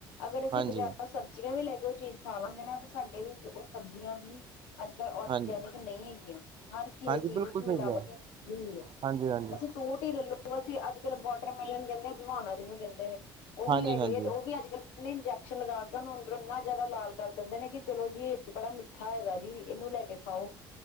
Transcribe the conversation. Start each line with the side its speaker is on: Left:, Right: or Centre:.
Left: ਅਗਰ ਅਸੀਂ
Right: ਹਾਂਜੀ
Left: ਬਾਜ਼ਾਰ ਸਬਜ਼ੀਆਂ ਵੀ ਲੈ ਕੇ ਓ ਚੀਜ਼ ਖਾਵਾਂਗੇ ਨਾ ਤੇ ਸਾਡੇ ਵਿੱਚ ਓ ਸਬਜ਼ੀਆਂ ਵੀ ਅੱਜ ਕੱਲ੍ਹ ਔਰਗੈਨਿਕ
Right: ਹਾਂਜੀ
Left: ਨਈ ਹੈਗੀਆਂ। ਹਰ ਕਿਸੇ
Right: ਹਾਂਜੀ
Left: ਚੀਜ਼
Right: ਬਿਲਕੁਲ
Left: ਵਿੱਚ ਮਿਲਾਵਟ
Right: ਸਹੀ ਕਿਹਾ
Left: ਕੀਤੀ ਐ
Right: ਹਾਂਜੀ ਹਾਂਜੀ
Left: ਅਸੀ ਸੂਟ ਈ ਲੱਲੋ। ਅਸੀਂ ਅੱਜ ਕੱਲ ਵਾਟਰਮੈਲਨ ਕੈਂਦੇ ਆ ਦਵਾਣਾ ਜਿਨੂੰ ਕੈਂਦੇ ਨੇ ਓ ਵੀ
Right: ਹਾਂਜੀ
Left: ਲੈ
Right: ਹਾਂਜੀ
Left: ਆਈਏ ਤੇ ਓ ਵੀ ਅੱਜ ਕੱਲ ਨਈ ਇੰਜੈਕਸ਼ਨ ਲਗਾ ਕੇ ਉਨੂੰ ਅੰਦਰੋ ਇੰਨਾ ਜਾਦਾ ਲਾਲ ਕਰ ਦਿੰਦੇ ਨੇ ਕਿ ਚਲੋ ਜੀ ਏ ਬੜਾ ਮਿੱਠਾ ਹੈਗਾ ਜੀ। ਇਨੂੰ ਲੈ ਕੇ ਖਾਓ